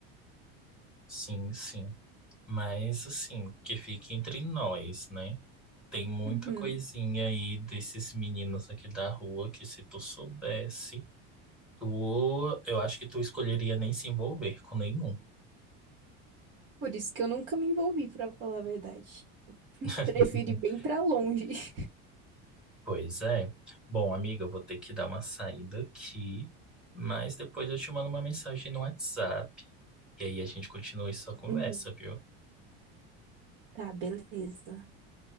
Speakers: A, in the centre; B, on the right.
A: Sim, sim. Mas, assim, que fique entre nós, né? Tem muita
B: Uhum.
A: coisinha aí desses meninos aqui da rua que, se tu soubesse, tu, eu acho que tu escolheria nem se envolver com nenhum.
B: Por isso que eu nunca me envolvi, pra falar a verdade. <laughs>
A: <laughs>
B: Prefiro ir bem pra longe. <laughs>
A: Pois é. Bom, amiga, eu vou ter que dar uma saída aqui, mas depois eu te mando uma mensagem no WhatsApp e aí a gente continua essa conversa,
B: Uhum.
A: viu?
B: Tá, beleza.